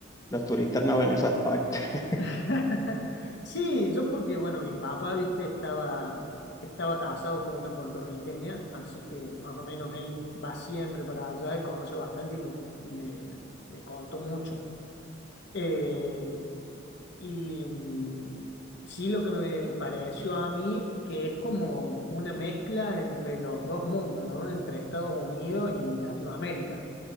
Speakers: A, on the left (about 15°); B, on the left (about 60°).
A: los turistas no ven esas partes. <laughs>
B: <laughs> Sí, yo porque, bueno, mi papá, viste, estaba, estaba casado con una puertorriqueña, así que más o menos él va siempre para allá y conoce bastante y me, me, me contó mucho. Eh, y mm, sí, lo que me pareció a mí, que es como una mezcla entre los dos mundos, ¿no? Entre Estados Unidos y Latinoamérica,